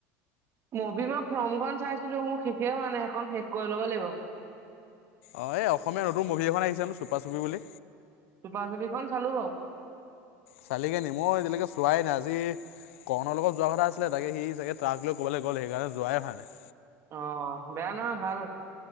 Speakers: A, on the right; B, on the left.
A: মবি মই ফৰ্মখন চাইছিলো। মোৰ শেষেই হোৱা নাই, সেইখন শেষ কৰি ল'ব লাগিব।
B: অ', এই অসমীয়া নতুন মুভি এখন আহিছোনো চুপা-চুপি বুলি।
A: চুপা চুপিখন চালো বাৰু।
B: চালিকে নি মই এতিয়ালৈকে চোৱাই নাই। আজি কৰ্ণৰ লগত যোৱা কথা আছিলে, তাকে সি চাগে ট্ৰাক লৈ কবালৈ গল সেইকাৰণে যোৱাই হোৱা নাই।
A: অ', বেয়া নহয় ভাল হ